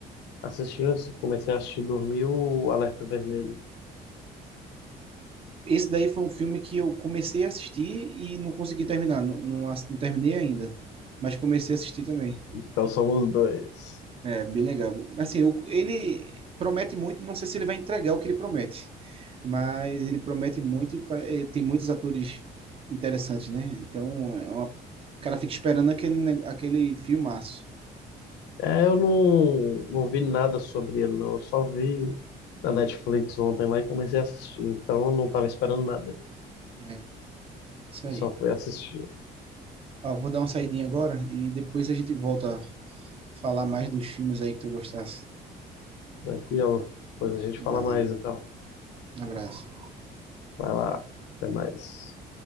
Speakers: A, on the left (about 85°); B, on the right (about 35°).
A: assistindo assim, comecei a assistir dormir o Alerta Vermelho.
B: Esse daí foi um filme que eu comecei a assistir e não consegui terminar, não, não, ass- não terminei ainda, mas comecei a assistir também.
A: Então, somos dois.
B: É, bem legal. Assim, o- ele promete muito, não sei se ele vai entregar o que ele promete, mas ele promete muito e pare- eh, tem muitos atores interessantes, né? Então, é uma- o cara fica esperando aquele, ne- aquele filmaço.
A: É, eu não, não vi nada sobre ele, não. Eu só vi na Netflix ontem lá e comecei a assistir. Então eu não estava esperando nada.
B: É, isso
A: Eu
B: aí.
A: só fui assistir.
B: Ó, vou dar uma saidinha agora e depois a gente volta a falar mais dos filmes aí que tu gostasse.
A: Tranquilo. Depois a gente
B: Valeu,
A: fala mais, então.
B: um abraço.
A: Vai lá. Até mais.